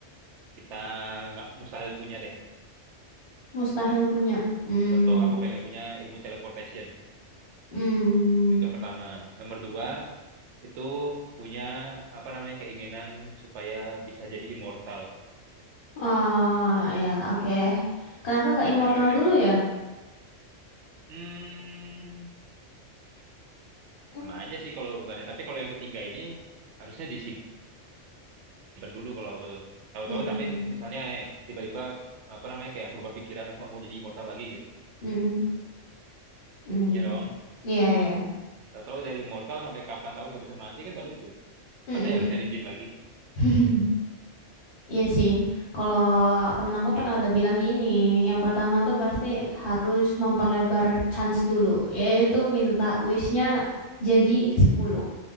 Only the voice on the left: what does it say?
Mustahil punya. Hmm,
hmm.
Oh ya oke. Kenapa nggak immortal
dulu ya?
Hmm,
hmm,
hmm, hmm.
Iya iya.
Hmm.
hmm. <laughs> Iya sih, kalau temen aku
pernah ada bilang gini, yang pertama tuh pasti harus memperlebar chance dulu, yaitu minta wishnya jadi 10,